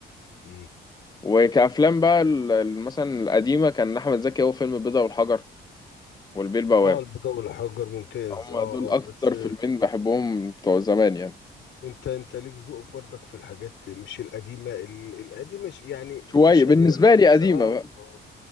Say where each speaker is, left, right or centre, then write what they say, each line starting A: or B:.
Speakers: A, on the left (about 70°); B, on the left (about 20°).
A: مم.
B: وكأفلام بقى ال- ال- مثلا القديمة كان أحمد زكي هو فيلم البيضة والحجر والبيه البواب
A: اه البيضة والحجر ممتاز
B: هم
A: اه
B: دول اكتر
A: اه بس
B: فيلمين بحبهم بتوع زمان يعني
A: انت انت ليك ذوق برضك في الحاجات مش القديمه ال- القديمه ش- يعني
B: شويه
A: مش
B: بالنسبه
A: قديمه أوي،
B: لي قديمه
A: بس اه
B: بقى
A: آه.